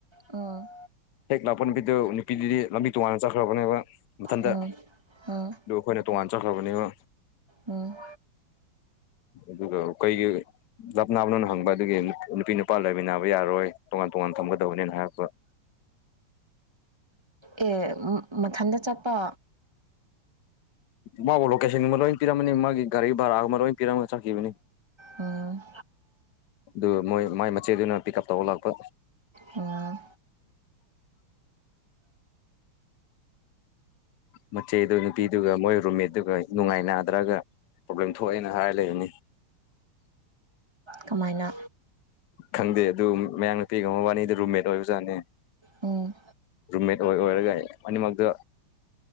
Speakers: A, on the right; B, on the left.
A: ꯎꯝ
B: ꯍꯦꯛ ꯂꯥꯛꯄ ꯅꯨꯃꯤꯠꯇꯣ ꯅꯨꯄꯤꯗꯨꯗꯤ ꯂꯝꯕꯤ ꯇꯣꯉꯥꯟꯅ ꯆꯠꯈ꯭ꯔꯕꯅꯦꯕ ꯃꯊꯟꯇ꯫
A: ꯎꯝ ꯎꯝ
B: ꯑꯗꯨ ꯑꯩꯈꯣꯏꯅ ꯇꯣꯉꯥꯟ ꯆꯠꯈ꯭ꯔꯕꯅꯦꯕ
A: ꯎꯝ
B: ꯑꯗꯨꯒ ꯀꯩꯒꯤ ꯂꯥꯞꯅꯥꯕꯅꯣꯅ ꯍꯪꯕ ꯑꯗꯨꯒꯤ ꯅꯨꯄꯤ ꯅꯨꯄꯥ ꯂꯩꯃꯤꯟꯅꯕ ꯌꯥꯔꯣꯏ ꯇꯣꯉꯥꯟ ꯇꯣꯉꯥꯟ ꯊꯝꯒꯗꯧꯕꯅꯦꯅ ꯍꯥꯏꯔꯛꯄ꯫
A: ꯑꯦ ꯃ ꯃꯊꯟꯇ ꯆꯠꯄꯥ?
B: ꯃꯥꯕꯨ ꯂꯣꯀꯦꯁꯟꯒꯨꯝꯕ ꯂꯣꯏ ꯄꯤꯔꯝꯕꯅꯤ ꯃꯥꯒꯤ ꯒꯥꯔꯤ ꯚꯔꯥꯒꯨꯝꯕ ꯂꯣꯏ ꯄꯤꯔꯝꯒ ꯆꯠꯈꯤꯕꯅꯤ꯫
A: ꯎꯝ
B: ꯑꯗꯨ ꯃꯣꯏ ꯃꯥꯏ ꯃꯆꯦꯗꯨꯅ ꯄꯤꯛ ꯎꯞ ꯇꯧꯕ ꯂꯥꯛꯄ꯫
A: ꯑꯣ
B: ꯃꯆꯦꯗꯨ ꯅꯨꯄꯤꯗꯨꯒ ꯃꯣꯏ ꯔꯨꯝꯃꯦꯠꯗꯨꯒ ꯅꯨꯡꯉꯥꯏ ꯅꯥꯗ꯭ꯔꯒ ꯄ꯭ꯔꯣꯕ꯭ꯂꯦꯝ ꯊꯣꯛꯑꯦꯅ ꯍꯥꯏꯔꯒ ꯂꯩꯔꯤꯅꯤ꯫
A: ꯀꯃꯥꯏꯅ?
B: ꯈꯪꯗꯦ ꯑꯗꯨ ꯃꯌꯥꯡ ꯅꯨꯄꯤꯒ ꯃꯕꯥꯅꯤꯗꯨ ꯔꯨꯝꯃꯦꯠ ꯑꯣꯏꯕꯖꯥꯠꯅꯦ꯫
A: ꯎꯝ
B: ꯔꯨꯝꯃꯦꯠ ꯑꯣꯏ ꯑꯣꯏꯔꯒ ꯑꯅꯤꯃꯛꯗ